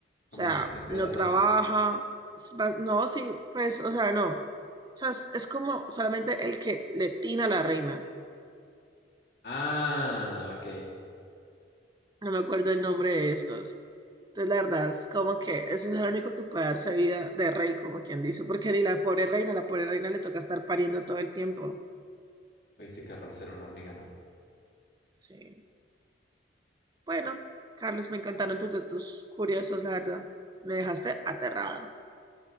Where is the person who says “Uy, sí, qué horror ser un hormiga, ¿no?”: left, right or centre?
Left